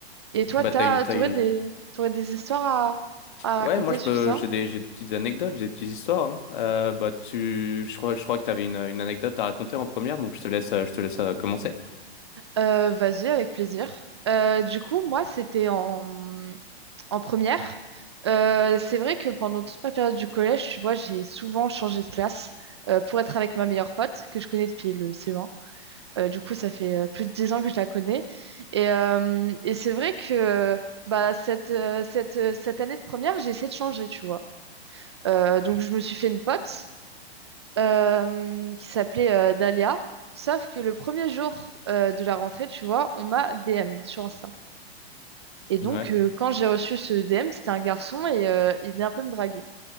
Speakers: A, on the right; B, on the left.
A: Et toi,
B: Bah
A: t'as,
B: t'as une taille.
A: t'aurais des, t'aurais des histoires à, à
B: Ouais,
A: raconter
B: moi je
A: sur
B: peux.
A: ça?
B: J'ai des, j'ai des petites anecdotes, j'ai des petites histoires. hein. Euh, bah tu. Je crois, je crois que t'avais une, une anecdote à raconter en première, donc je te laisse, euh, je te laisse euh, commencer.
A: Euh, vas-y, avec plaisir. Euh, du coup, moi, c'était en, en première. Euh, c'est vrai que pendant toute ma période du collège, tu vois, j'ai souvent changé de classe euh, pour être avec ma meilleure pote que je connais depuis le CE1. Euh, du coup, ça fait euh, plus de 10 ans que je la connais. Et, euh, et c'est vrai que euh, bah, cette, euh, cette, euh, cette année de première, j'ai essayé de changer, tu vois. Euh, donc, je me suis fait une pote euh, qui s'appelait euh, Dahlia. Sauf que le premier jour euh, de la rentrée, tu vois, on m'a DM sur Insta. Et donc,
B: Ouais.
A: euh, quand j'ai reçu ce DM, c'était un garçon et euh, il venait un peu me draguer.